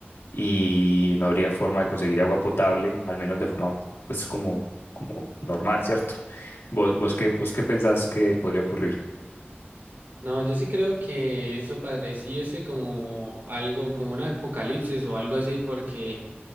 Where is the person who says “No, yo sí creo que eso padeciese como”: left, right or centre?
Right